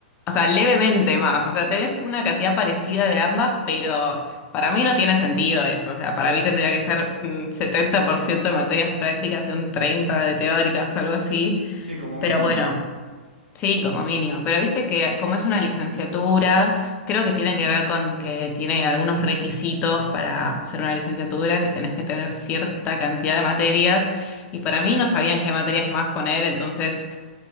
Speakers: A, on the left; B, on the right.
A: o sea, levemente más. O sea, tenés una cantidad parecida de ambas, pero para mí no tiene sentido eso. O sea, para mí tendría que ser un 70% de materias prácticas y un 30% de teóricas o algo así.
B: Sí, como
A: Pero
B: mínimo.
A: bueno, sí, como mínimo. Pero viste que como es una licenciatura, creo que tiene que ver con que tiene algunos requisitos para ser una licenciatura, que tenés que tener cierta cantidad de materias. Y para mí no sabían qué materias más poner, entonces...